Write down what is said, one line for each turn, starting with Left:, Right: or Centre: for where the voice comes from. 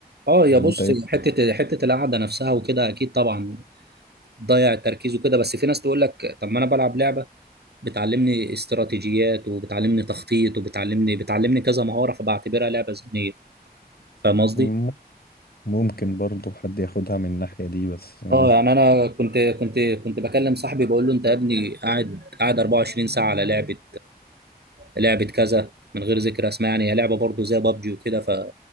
Right: اه يا
Left: ولا
Right: بص
Left: أنت إيه؟
Right: حته حته القعده نفسها وكده اكيد طبعا ضيع تركيزه كده بس في ناس تقول لك طب ما انا بلعب لعبه بتعلمني استراتيجيات وبتعلمني تخطيط وبتعلمني بتعلمني كذا مهاره فبعتبرها لعبه ذهنيه فاهم قصدي؟
Left: مم. ممكن برضو حد ياخدها من الناحية دي بس آه،
Right: اه يعني انا كنت كنت كنت بكلم صاحبي بقول له انت يا ابني قاعد قاعد 24 ساعه على لعبه لعبه كذا من غير ذكر اسماء يعني هي لعبه برضه زي بابجي وكده ف...